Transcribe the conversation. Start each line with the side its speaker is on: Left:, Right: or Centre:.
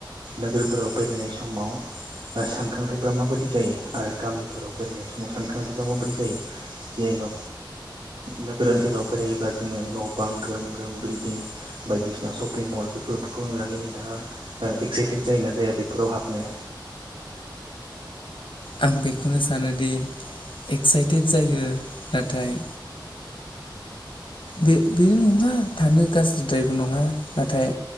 Right: नोगोरफोराव बेरायनाय समाव ओ सानखांथाइफोरा माबायदि जायो आरो गामिफोराव बेरायनाय समाव सानखांथायफोरा माबायदि जायो जेन' ओ नोगोर ओनसोलाव बेरायोब्ला जोङो न' बां ग्रोम ग्रोम बिल्डिं बायदिसिना सशपिं मल बेफोरखौ नुनानै नोंथाङा ओ एक्साइटेड जायोना जाया बेफोराव हाबनो
Left: आं बेखौनो सानोदि एक्साइटेड जायो नाथाय बे बे नङा थानो गाज्रिद्रायबो नङा नाथाय